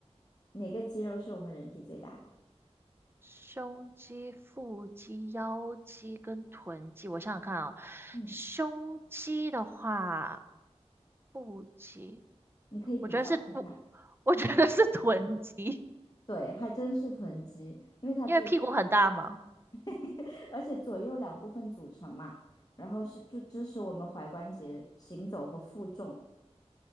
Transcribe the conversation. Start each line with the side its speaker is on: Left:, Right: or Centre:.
Left: 哪个肌肉是我们人体最大的？
Right: 胸肌、腹肌、腰肌跟臀肌，我想想看啊、
Left: 嗯，
Right: 胸肌的话，腹肌，
Left: 你可以比较看看。
Right: 我觉得是不，我觉得是臀肌，
Left: 对，还真是臀肌，因为它最
Right: 因为屁股很大嘛。
Left: <laughs> 而且左右两部分组成嘛，然后是就支持我们踝关节行走和负重，